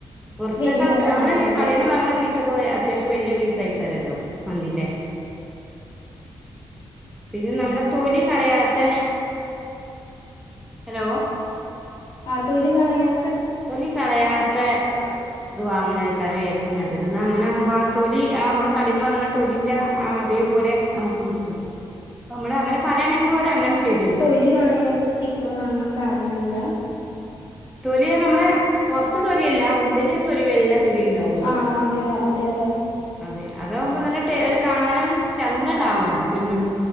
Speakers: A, in the centre; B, on the left.
A: പൊർതൊക്കെ
B: വലിയ
A: ആൾക്ക
B: കഷ്ണം
A: മ്മള്
B: വേണം അല്ലേ
A: കടേന്ന് വാങ്ങണ പീസ ത്രോയ അത്യാവശ്യം വല്ല്യ പീസയ്ക്കാരല്ലോ മന്തിന്റെ. പിന്നെ നമ്മടെ തൊലി കളയാ ത്തെ ഹലോ.
B: ആഹ് തൊലി കളയാ
A: തൊലി കളയാത്തെ എ. ത് വാങ്ങണക്കാരം ഏറ്റവും നല്ലത്ന്നാ അങ്ങനെ ആമ്പോ ആ തൊലി ആ നമ്മള് കടയിന്ന് വാങ്ങണ തൊലിന്റെ ആ അതേപോലെ നമുക്ക് കിട്ടും അപ്പ നമ്മള് അങ്ങനെ പറയാണെങ്കി ഓലങ്ങനെ ചെയ്തു തരും
B: ലി കളയാത്ത ചിക്ക് ക്കെൻ വാങ്ങാ കാരണം എന്താ
A: തൊലിർഞ്ഞ മ്മളെ പൊറത്ത തൊലിയല്ല ഉള്ളിള് രു തൊലി വെള്ള തൊലി ഇണ്ടാവല്ലോ
B: ആ അതെ അതെ അതെ
A: അതെ അതാകുമ്പോ നല്ല ടെ കാണാനരു ചന്ത ഇണ്ടാവാൻ വേണ്ടീട്ട്